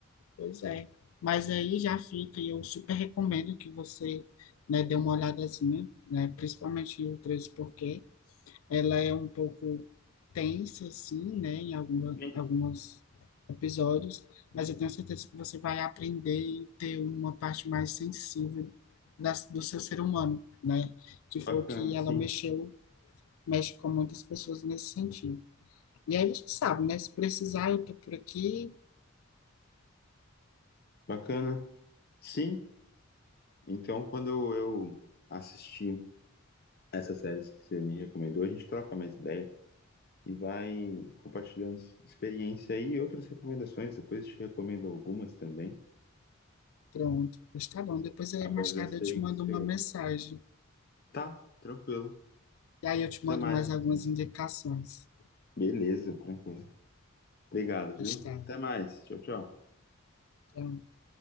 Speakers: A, on the left (about 80°); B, on the left (about 45°).
A: Pois é. Mas aí já fica, e eu super recomendo que você, né, dê uma olhadazinha, né? Principalmente o 13, porque Ela é um pouco tensa, assim, né, em alguma,
B: Sim.
A: alguns episódios, mas eu tenho certeza que você vai aprender e ter uma parte mais sensível da, do seu ser humano, né, que foi
B: Bacana,
A: o que
B: sim.
A: ela mexeu, mexe com muitas pessoas nesse sentido. E aí você sabe, né, se precisar, eu tô por aqui,
B: Bacana. Sim. Então, quando eu assistir essas séries que você me recomendou, a gente troca mais ideia e vai compartilhando experiência aí e outras recomendações. Depois eu te recomendo algumas também.
A: pronto, mas tá bom, depois aí
B: Agora
A: mais
B: eu
A: tarde
B: já sei
A: eu te mando
B: que você.
A: uma mensagem,
B: Tá, tranquilo.
A: e aí eu te
B: Até
A: mando
B: mais,
A: mais
B: então.
A: algumas indicações.
B: Beleza, tranquilo. Obrigado, viu?
A: Está.
B: Até mais. Tchau, tchau.
A: Tchau.